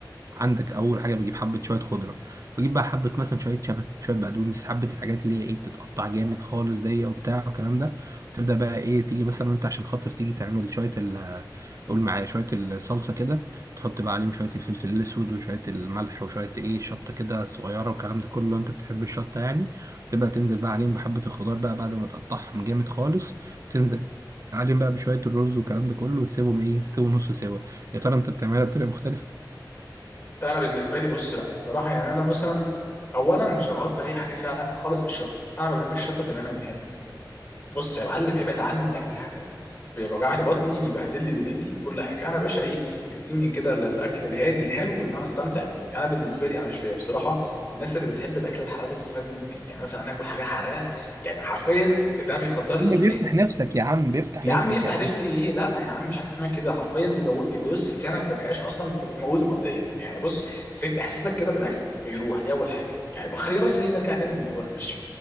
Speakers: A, on the right; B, on the left.
A: عندك اول حاجه بجيب حبه شويه خضره بجيب بقى حبه مثلا شويه شبت شويه بقدونس حبه الحاجات اللي هي ايه بتتقطع جامد خالص دي وبتاع والكلام ده تبدا بقى ايه تيجي مثلا انت عشان خاطر تيجي تعمل شويه ال قول معايا شويه الصلصه كده تحط بقى عليهم شويه الفلفل الاسود وشويه الملح وشويه ايه شطه كده صغيره والكلام ده كله لو انت بتحب الشطه يعني تبدا تنزل بقى عليهم بحبه الخضار بقى بعد ما تقطعهم جامد خالص تنزل عليهم بقى بشويه الرز والكلام ده كله وتسيبهم ايه يستووا نص سوا يا ترى انت بتعملها بطريقه مختلفه
B: انا بالنسبه لي بص لا الصراحه يعني انا مثلا اولا مش بحط اي حاجه فيها علاقه خالص بالشطه انا ما بحبش الشطه تماما نهائي بص يا معلم ابعد عني من الاكل الحراق بيوجع لي بطني بيبهدل لي دنيتي بكل حاجه انا يا باشا ايه اديني كده ال- الاكل الهادي الحلو اللي انا استمتع بيه انا بالنسبه لي انا مش فاهم بصراحه الناس اللي بتحب الاكل الحراق ده بيستفاد منه ايه يعني مثلا انا اكل حاجه حراقه يعني حرفيا ده بيخدر لي
A: عم بيفتح
B: لساني
A: نفسك يا عم بيفتح
B: يا
A: نفسك
B: عم يفتح
A: يا عم
B: نفسي ايه لا يا عم مش حاجه اسمها كده حرفيا بيبو... بص لسانك ما بيبقاش اصلا انت بتموته مبدئيا يعني بص فيك احساسك كده بالاكل بيروح دي اول حاجه يعني بقى خلينا بس إيه نرجع تاني لموضوع المحشي